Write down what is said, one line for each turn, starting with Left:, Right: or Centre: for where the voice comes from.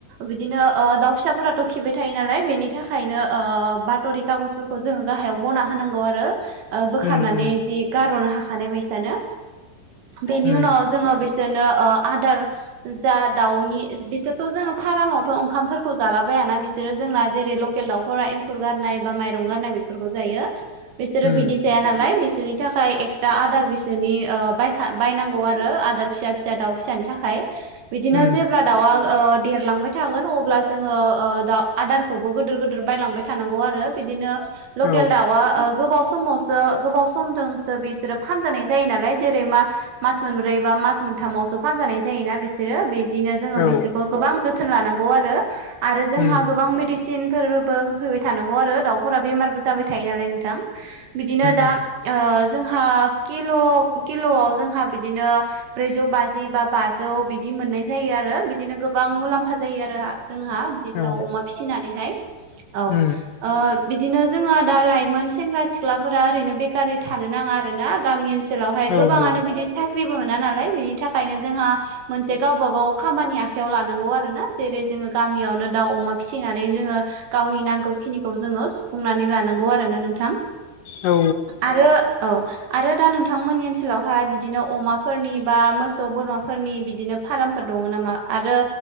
Right: बिदिनो दाउ फिसाफोराथ' खिबाय थायो नालाय बेनि बिनि थाखायनो बात'रि कागजफोरखौ जोङो गाहायाव बना होनांगौ आरो। बोखारनानै
Left: उम
Right: जि गारहरनो हाखानाय बायसानो बेनि
Left: उम
Right: उनाव जोङो बिसोरनो आदार जा दाउनि बिसोरथ' जोङो फार्मावथ' ओंखामफोरखौ जालाबायाना बिसोरो जोंना जेरै ल केल दाउफोरा एंखुर गारनाय बा माइरं गारनाय बेफोरखौ जायो बिसोरो
Left: उम
Right: बिदि जाया नालाय बिसोरनि थाखाय एक्सट्रा आदार बेसोरनि बायनांगौ आरो आदार फिसा फिसा दाउ फिसानि थाखाय बिदिनो
Left: उम
Right: जेब्ला दाउआ देरलांबाय थागोन अब्ला जोङो दाउ आदारखौबो गिदिर गिदिर बायलांबाय थानांगौ आरो बिदिनो लकेल
Left: औ
Right: दाउआ गोबाव समाव गोबाव समजोंसो बिसोरो फानजानाय जायो नालाय जेरै मा मास मोनब्रै बा मास मोनथामावसो फानजानाय जायोना बे बिसोरो बिदिनो जोङो
Left: औ
Right: बिसोरखौ गोबां जोथोन लानांगौ आरो आरो जोंहा
Left: उम उम
Right: गोबां मेडिसिन सिनफोरबो होफैबाय थानांगौ आरो दाउफोरा बेमारबो जाबाय थायो नालाय नोंथां बिदिनो दा
Left: उम
Right: ओ जोंहा किल' किल'आव जोंहा बिदिनो ब्रैजौ बाजि बा बाजौ बिदि मोननाय जायो आरो बिदिनो गोबां मुलाम्फा जायो आरो जोंहा। बिदिनो
Left: औ
Right: दाउ अमा फिसिनानैहाय औ।
Left: उम
Right: बिदिनो जोङो दा लाइमोन सेंग्रा सिख्लाफोरा ओरैनो बेखारै थानो नाङा आरोना गामि ओनसोलावहाय
Left: औ
Right: गोबाङानो
Left: उम
Right: बिदि साख्रिबो मोना नालाय बिनि थाखायनो जोंहा मोनसे गावबा गाव खामानि आखाइयाव लानांगौ आरो ना जेरै जोङो गामियावनो दाउ अमा फिसिनानै जोङो गावनि नांगौ खिनिखौ जोङो सुफुंनानै लानांगौ आरोना नोंथां।
Left: औ
Right: आरो औ। आरो दा नोंथांमोननि ओनसोलावहाय बिदिनो अमाफोरनि बा मोसौ बोरमाफोरनि बिदिनो फारामफोर दङ नामा आरो